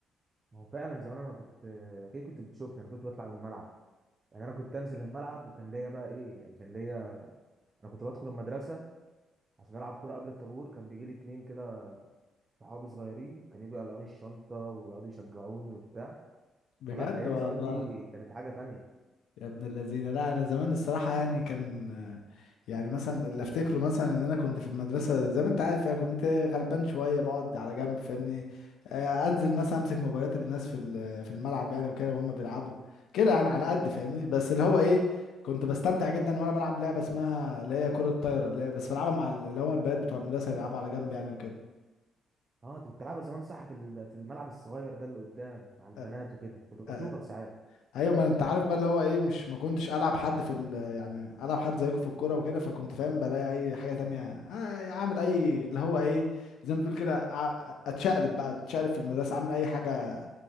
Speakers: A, on the right; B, on the left.
A: ما هو فعلا زمان انا كنت اكيد كنت بتشوفني انا كنت بطلع من الملعب يعني انا كنت انزل الملعب وكان ليا بقى ايه يعني كان ليا انا كنت بدخل المدرسه عشان العب كوره قبل الطابور كان بيجي لي اتنين كده صحابي صغيرين كانوا يجوا يقلعوني الشنطه ويقعدوا يشجعوني وبتاع
B: بجد
A: فلا ايام
B: والله
A: زمان دي كانت حاجه تانية
B: يا ابن الذين لا انا زمان الصراحه يعني كان يعني مثلا اللي افتكره مثلا ان انا كنت في المدرسه زي ما انت عارف يعني كنت غلبان شويه بقعد على جنب فاهمني آه، انزل مثلا امسك موبايلات الناس في ال- في الملعب يعني وكده وهم بيلعبوا كده يعني على قد فاهمني بس اللي هو ايه كنت بستمتع جدا وانا بلعب لعبه اسمها اللي هي كره الطايره اللي هي بس بلعبها مع ال- اللي هم البنات بتوع المدرسه بيلعبوا على جنب يعني وكده
A: اه انت كنت بتلعبها زمان صح في ال- في الملعب الصغير ده اللي قدام مع البنات
B: آه،
A: وكده كنت بشوفك
B: آه،
A: ساعات
B: ايوه ما انت عارف بقى اللي هو ايه مش ما كنتش العب حد في ال يعني العب حد زيكم في الكوره وكده فكنت فاهم بلاقي اي حاجه تانية آه، يعني اعمل اي اللي هو ايه زي ما تقول كده أع- اتشقلب بقى اتشقلب في المدرسه اعمل اي حاجه